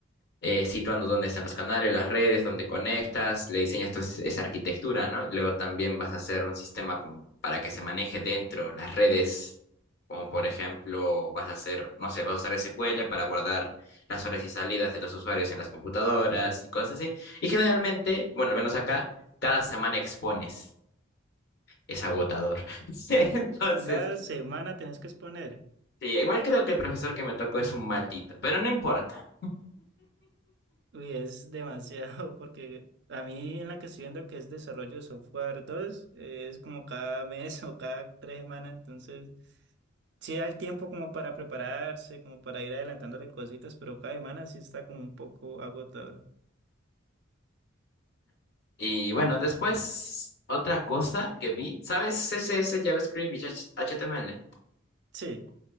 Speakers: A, on the left; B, on the right.
A: eh, situando dónde están los canales, las redes, dónde conectas, le diseñas toda es- esa arquitectura, ¿no? Y luego también vas a hacer un sistema como para que se maneje dentro las redes, como por ejemplo, vas a hacer, no sé, vas a usar SQL para guardar las horas y salidas de los usuarios en las computadoras y cosas así. Y generalmente, bueno, al menos acá, cada semana expones. Es agotador. <laughs> Entonces,
B: Cada semana tenés que exponer.
A: sí, igual creo que el profesor que me tocó es un maldito, pero no importa.
B: Uy, es demasiado, <laughs> porque a mí en la que estoy viendo que es desarrollo de software 2, eh, es como cada mes <laughs> o cada tres semanas, entonces sí da el tiempo como para prepararse, como para ir adelantándole cositas, pero cada semana sí está como un poco agotador.
A: Y bueno, después otra cosa que vi, ¿sabes? CSS, JavaScript y H- HTML.
B: Sí,